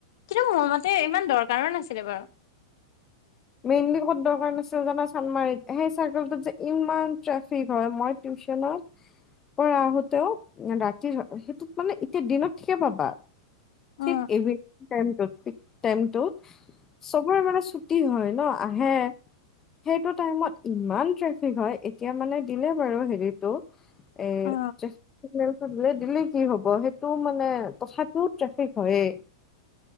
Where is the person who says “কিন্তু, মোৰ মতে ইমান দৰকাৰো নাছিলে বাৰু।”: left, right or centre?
Left